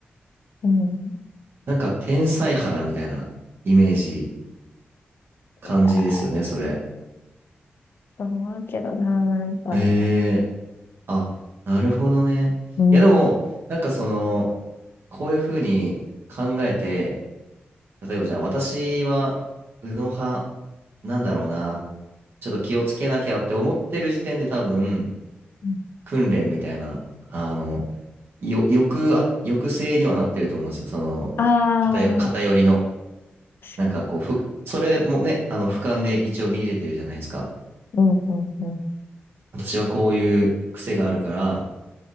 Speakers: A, on the left; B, on the right.
A: うん。
B: なんか天才肌みたいなイメージ感じですよね、
A: いやー、
B: それ。
A: と思うけどな、なんか。
B: ええあ、なるほどね。
A: うん。
B: いや、でも、
A: う
B: なんかその、こういうふうに考えて、例えばじゃあ、私は、右脳派なんだろうな、ちょっと気をつけなきゃって思ってる時点で多分、
A: ん
B: 訓練みたいな、あの、よ、抑あ、抑制にはなってると思うんですよ。その、
A: ああ、
B: 偏、偏りの、
A: 確かに。
B: なんかこう、ふ、それもね、あの、俯瞰で一応見れてるじゃないですか。
A: うん、うん、うん。
B: 私はこういう癖があるから、